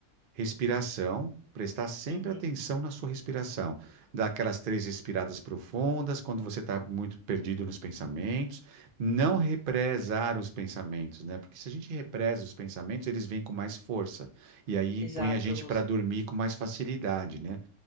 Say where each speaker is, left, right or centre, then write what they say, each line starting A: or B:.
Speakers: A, on the right; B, on the left.
A: Respiração, prestar sempre
B: Uhum,
A: atenção na sua respiração. Dar aquelas três respiradas profundas quando você está muito perdido nos pensamentos. Não represar os pensamentos, né? Porque se a gente represa os pensamentos, eles vêm com mais força. E aí
B: exato.
A: põe a gente
B: Você
A: para dormir com mais facilidade, né?